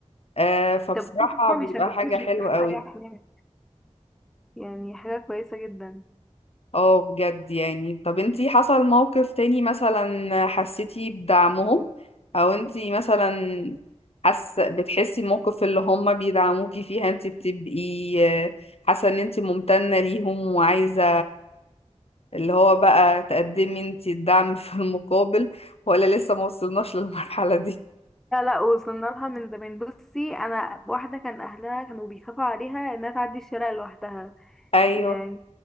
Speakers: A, on the left; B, in the centre.
A: آه فبصراحة
B: طب هما
A: بيبقى
B: بيشجعوك
A: حاجة
B: انك
A: حلوة
B: تحققي
A: قوي
B: احلامك يعني حاجه كويسه جدا
A: اه بجد يعني طب انتي حصل موقف تاني مثلا حسيتي بدعمهم او انتي مثلا حس بتحسي الموقف اللي هم بيدعموكي فيها انتي بتبقي آه، حاسة ان انتي ممتنة ليهم وعايزة اللي هو بقى تقدمي انتي الدعم في المقابل ولا لسه ما وصلناش للمرحلة دي
B: لا لا وصلنا لها من زمان بصي انا واحده كان اهلها كانوا بيخافوا عليها انها تعدي الشارع لوحدها
A: ايوه
B: يعني